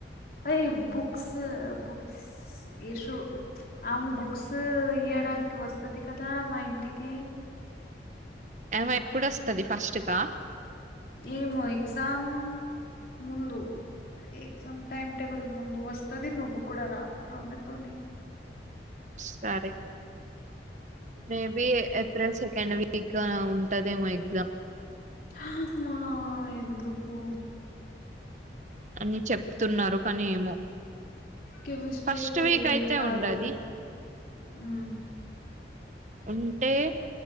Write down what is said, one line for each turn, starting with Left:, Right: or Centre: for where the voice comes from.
Left: అయి బుక్స్ బుక్స్ ఇషు ఆమె బుక్స్ ఇయడానికి. ఇడికి వస్తది కదా మా ఇంటికి.
Right: ఆమె ఎప్పుడొస్తాది ఫస్ట్గా.
Left: ఏమో ఎక్సమ్ ముందు. ఎగ్జామ్ టైమ్ టేబుల్ ముందు వస్తది నువ్వు కూడా రా ఆమె తోని.
Right: సారే మే బి ఏప్రేల్ సే. <unintelligible> ఉంటదేమో ఎగ్జామ్.
Left: ఆహ్ మా ఎందుకో.
Right: అని చెప్తున్నారు కానీ ఏమో.
Left: కెమిస్ట్రీ
Right: ఫస్ట్
Left: అయితే
Right: వీక్
Left: ఏం
Right: అయితే
Left: రాదు
Right: ఉండది
Left: ఉమ్.
Right: ఉంటే